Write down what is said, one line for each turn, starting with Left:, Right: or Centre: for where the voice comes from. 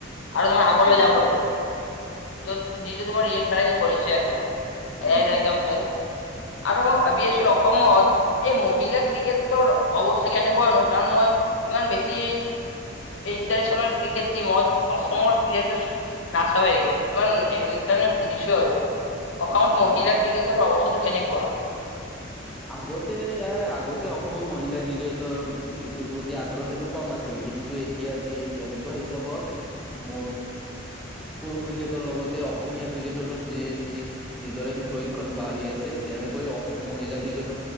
Left: আৰু তোমাৰ আগলৈ
Centre: অ',
Left: যাবলৈ য'ত যটো তোমাৰ ৰিয়ান পৰাগে কৰিছে আৰু সেইয়া
Centre: অ'।
Left: এক্সাম্পল, আৰু মই ভাবি আছো ৰ। অসময়ত এই মহিলা ক্ৰিকেটৰ অৱস্থা কেনেকুৱানো কাৰণ মই ইমান বেছি এই ইণ্টাৰনেশ্যনেল ক্ৰিকেট টিমত অসমৰ প্লেয়াৰটো নাচাবে ইমান সেইকাৰণে সুধিছো আৰু অসমত মহিলা ক্ৰিকেটৰ অৱস্থাটো কেনেকুৱা?
Centre: আগতে এ আগতে অসমৰ মহিলা ক্ৰিকেটৰ যিটো প্ৰতি আগ্ৰহ সেইটো কম আছিল কিন্তু এতিয়া যি যেনেকুৱা হিচাপত ম পুৰুষ ক্ৰিকেটৰ লগতে অসমীয়া ক্ৰিকেটাৰো যি যি যিদৰে প্ৰশিক্ষন বাঢ়ি আছে তেনেকৈ অসম মহিলাক ক্ৰিকেট